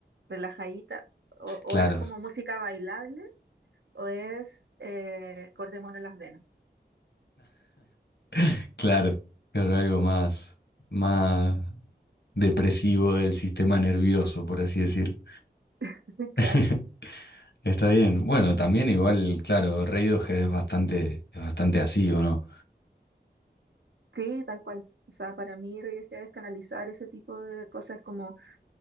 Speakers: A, on the right; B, on the left.
A: relajadita, o, o
B: claro,
A: es como música bailable, o es eh, cortémonos las venas,
B: <laughs> claro, pero algo más, más depresivo del sistema nervioso, por así decir.
A: <laughs> claro,
B: <laughs> Está bien. Bueno, también igual, claro, Radiohead es bastante, es bastante así, ¿o no?
A: sí, tal cual. O sea, para mí, Reyes Head descanalizar ese tipo de cosas es como